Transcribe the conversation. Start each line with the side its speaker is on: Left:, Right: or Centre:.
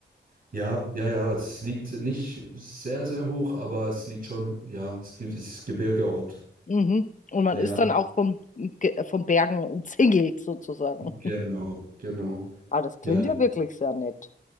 Right: Ja, ja, ja, es liegt nicht sehr, sehr hoch, aber es liegt schon, ja, es gibt, es ist Gebirgeort.
Left: Mhm. Und
Right: Also
Left: man
Right: ja,
Left: ist dann auch vom, ge- vom Bergen umzingelt sozusagen.
Right: genau,
Left: <laughs>
Right: genau.
Left: Ah, das klingt
Right: Ja,
Left: ja wirklich sehr nett.